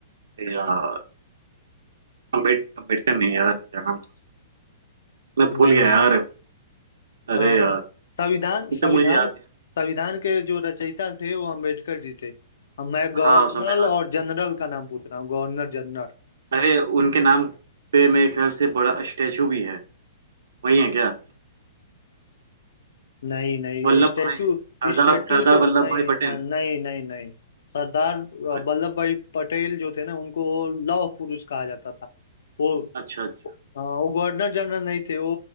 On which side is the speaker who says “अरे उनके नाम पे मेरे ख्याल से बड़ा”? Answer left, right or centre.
Right